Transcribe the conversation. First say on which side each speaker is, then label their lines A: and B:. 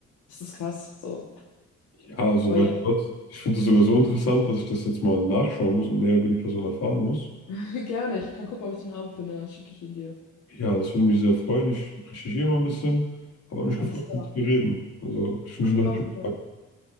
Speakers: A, on the left (about 70°); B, on the left (about 55°).
A: das ist krass. So.
B: Ja, soweit
A: Aber ja,
B: was. Ich finde das sogar so interessant, dass ich das jetzt mal nachschauen muss und mehr über die Person erfahren muss.
A: <laughs> gerne. Ich kann gucken, ob ich den Abend finde, dann schicke ich ihn dir.
B: Ja, das würde mich sehr freuen. Ich recherchiere mal ein bisschen, aber hat mich
A: Alles
B: gefreut,
A: klar.
B: mit dir zu reden. Also, ich wünsche
A: Hat
B: dir
A: mich
B: noch
A: auch
B: einen schönen
A: gefallen.
B: Tag.